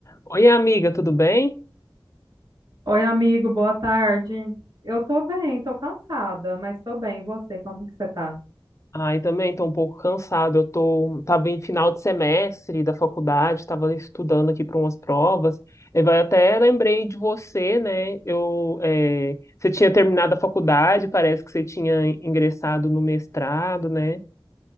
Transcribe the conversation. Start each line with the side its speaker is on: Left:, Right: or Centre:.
Left: Oi, amiga, tudo bem?
Right: Oi, amigo, boa tarde. Eu tô bem, tô cansada, mas tô bem. E você, como que você tá?
Left: Ai, também estou um pouco cansado. Eu tô, tava em final de semestre da faculdade, estava estudando aqui para umas provas. E vai até lembrei de você, né? Eu, é, você tinha terminado a faculdade, parece que você tinha ingressado no mestrado, né?